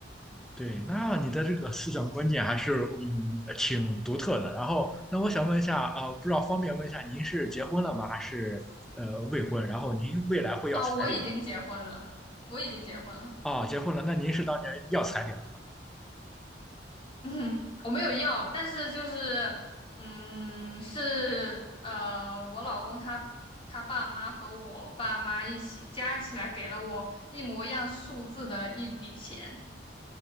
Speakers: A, in the centre; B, on the left.
A: 对，那你的这个思想观念还是嗯呃挺独特的。然后，那我想问一下啊、呃不知道方便问一下，您是结婚了吗？还是呃未婚？然后您未来会要彩礼吗？
B: 啊，我已经结婚了，我已经结婚了。<laughs>
A: 啊，结婚了，那您是当年要彩礼了？
B: 嗯，我没有要，但是就是，嗯，是呃，我老公他他爸妈和我爸妈一起加起来给了我一模一样数字的一笔钱，